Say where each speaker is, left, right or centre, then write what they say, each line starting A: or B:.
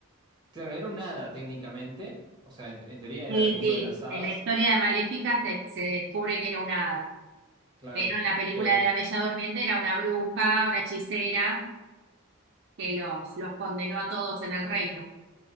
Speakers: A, on the right (about 20°); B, on the right (about 50°).
A: Claro, era un hada técnicamente. O sea, en, en teoría
B: Sí,
A: era del mundo
B: sí,
A: de las hadas.
B: en la historia de Maléfica se, se descubre que era una, hada,
A: Claro.
B: pero en la película
A: pero
B: de la Bella Durmiente era una bruja, una hechicera, que los, los condenó a todos en el reino.